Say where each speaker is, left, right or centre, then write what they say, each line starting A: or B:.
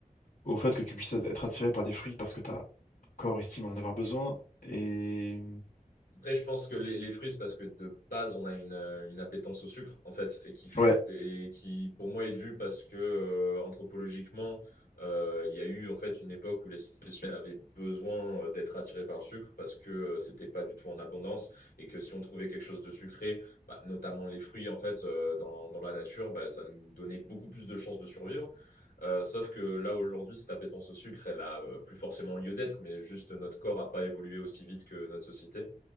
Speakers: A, on the left; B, on the left.
A: au fait que tu puisses être attiré par des fruits parce que ta corps estime en avoir besoin. Et
B: Après, je pense que les, les fruits, c'est parce que de base, on a une, euh, une appétence au sucre, en fait, et qui, f-
A: ouais,
B: et qui pour moi, est due parce que, euh, anthropologiquement, euh, il y a eu, en fait, une époque où l'espèce humaine avait besoin euh, d'être attirée par le sucre parce que euh, c'était pas du tout en abondance et que si on trouvait quelque chose de sucré, bah, notamment les fruits, en fait, euh, dans, dans la nature, bah, ça nous donnait beaucoup plus de chances de survivre. Euh, sauf que là, aujourd'hui, cette appétence au sucre, elle a euh, plus forcément lieu d'être, mais juste notre corps a pas évolué aussi vite que notre société.